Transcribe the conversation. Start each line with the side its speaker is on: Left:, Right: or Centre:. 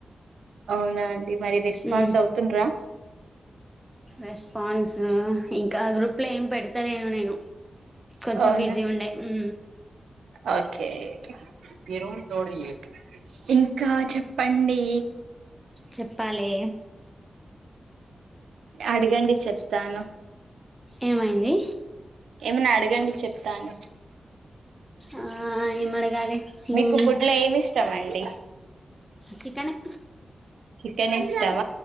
Right: అవునా అండి మరి రెస్పాన్స్
Centre: మ్మ్
Right: అవుతుండ్రా
Centre: రెస్పాన్సు ఇంకా గ్రూప్లో ఏం పెడతలేను నేను కొంచెం
Right: అవునా
Centre: బిజీ ఉండే హు
Right: ఓకే ఇరొం తోడి ఇంకా చెప్పండి
Centre: చెప్పాలే
Right: అడుగండి చెప్తాను
Centre: ఏమైంది
Right: ఏమైనా అడగండి చెప్తాను
Centre: ఆ ఏం అడగాలి
Right: మీకు
Centre: మ్మ్
Right: ఫుడ్లో ఏమి ఇష్టమండి
Centre: చికెనే
Right: చికెన్ ఇష్టమ